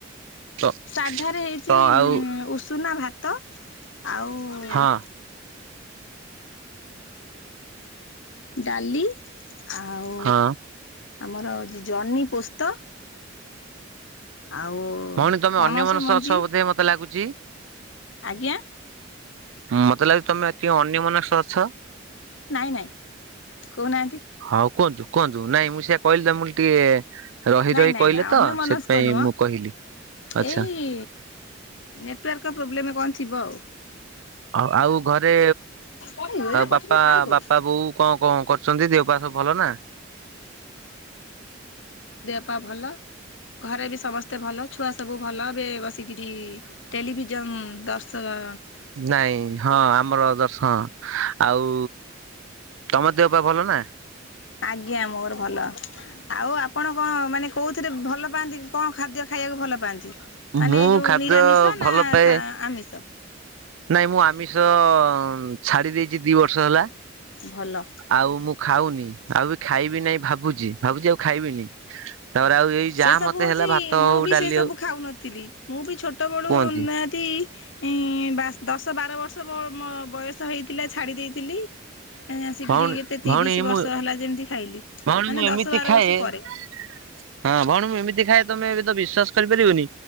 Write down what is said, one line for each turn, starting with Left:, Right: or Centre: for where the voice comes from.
Right: ତ
Left: ସାଧାରେ ହେଇଚି
Right: ତ ଆଉ
Left: ଉ ଉଷୁନା ଭାତ। ଆଉ
Right: ହଁ।
Left: ଡାଲି। ଆଉ
Right: ହଁ।
Left: ଆମର ଯେ ଜହ୍ନି ପୋସ୍ତ ଆଉ
Right: ଭଉଣୀ ତମେ
Left: ପଣସ
Right: ଅନ୍ୟ ମନଷ
Left: ମଞ୍ଜି
Right: ଅଛ ବୋଧେ ମତେ ଲାଗୁଚି।
Left: ଆଜ୍ଞା।
Right: ମତେ ଲାଗଚି ତମେ ଆଜି ଅନ୍ୟମନସ୍କ ଅଛ।
Left: ନାଇଁ ନାଇଁ କହୁନାହାନ୍ତି।
Right: ହଁ କୁହନ୍ତୁ କୁହନ୍ତୁ ନାଇଁ ମୁଁ ସେଆ କହିଲି ତ ମୁ ଟିକେ ରହି
Left: ନାଇଁ
Right: ରହି
Left: ନାଇଁ
Right: କହିଲେ
Left: ନାଇଁ ଅନ୍ୟ
Right: ତ
Left: ମନସ୍କ
Right: ସେଥିପାଇଁ
Left: ନୁହଁ।
Right: ମୁଁ କହିଲି ଆଚ୍ଛା।
Left: ଏଇ ନେଟୱର୍କ ପ୍ରବଲେମ କଣ ଥିବ ଆଉ।
Right: ଆ ଆଉ ଘରେ
Left: ଆଉ ଏଇଟା
Right: ବାପା
Left: ପଟିଟା କାଇଁ କରୁଛୁ
Right: ବାପା ବୋଉ କଣ କଣ କରୁଛନ୍ତି ଦେ ବାସ ଭଲ ନା।
Left: ପାପା ଭଲ। ଘରେ ବି ସମସ୍ତେ ଭଲ ଛୁଆ ସବୁ ଭଲ ଏବେ ବସିକିରି ଟେଲିଭିଜନ ଦର୍ଶକ
Right: ନାଇଁ ହଁ ଆମର ଦର୍ଶ ହଁ ଆଉ ତମ ଦେହ ପା ଭଲ ନା?
Left: ଆଜ୍ଞା ମୋର ଭଲ ଆଉ ଆପଣ କଣ ମାନେ କଉଁଥିରେ ଭଲ ପାଆନ୍ତି କଣ ଖାଦ୍ୟ ଖାଇବାକୁ ଭଲ ପାଆନ୍ତି। ମାନେ
Right: ମୁଁ
Left: ଏଇ ଯୋଉ
Right: ଖାଦ୍ୟ
Left: ନିରାମିଷ
Right: ଭଲ
Left: ନା
Right: ପାଏ
Left: ଶା ଆମିଷ।
Right: ନାଇଁ ମୁଁ ଆମିଷ ଛାଡି ଦେଇଛି ଦି ବର୍ଷ ହେଲା।
Left: ଭଲ।
Right: ଆଉ ମୁଁ ଖାଉନି ଆଉ ବି ଖାଇବି ନାଇଁ ଭାବୁଚି ଭାବୁଚି ଆଉ ଖାଇବିନି। ତାରେ ଆଉ ଏଇ ଯାହା
Left: ସେ ସବୁ
Right: ମତେ
Left: ହଉଚି
Right: ହେଲା ଭାତ
Left: ମୁଁ
Right: ହଉ
Left: ବି
Right: ଡାଲି
Left: ସେ ସବୁ
Right: ହଉ
Left: ଖାଉନଥିଲି ମୁଁ ବି ଛୋଟ ବେଳୁ
Right: କୁହନ୍ତି
Left: ନିହାତି ଏଁ ଦଶ ବାର ବର୍ଷ ମୋ ବୟସ ହେଇଥିଲା ଛାଡି ଦେଇଥିଲି। ଏ ଆ ଶିକରି
Right: ଭଉଣୀ
Left: କେତେ ତିରିଶ
Right: ଭଉଣୀ
Left: ବର୍ଷ
Right: ମୁଁ
Left: ହେଲା ଯେମିତି ଖାଇଲି
Right: ଭଉଣୀ
Left: ମାନେ
Right: ମୁଁ ଏମିତି
Left: ଦଶ ବାର
Right: ଖାଏ
Left: ବର୍ଷ ପରେ।
Right: <inaudible> ହଁ ଭଉଣୀ ମୁଁ ଏମିତି ଖାଏ ତମେ ଏବେ ତ ବିଶ୍ବସ କରିପାରିବନି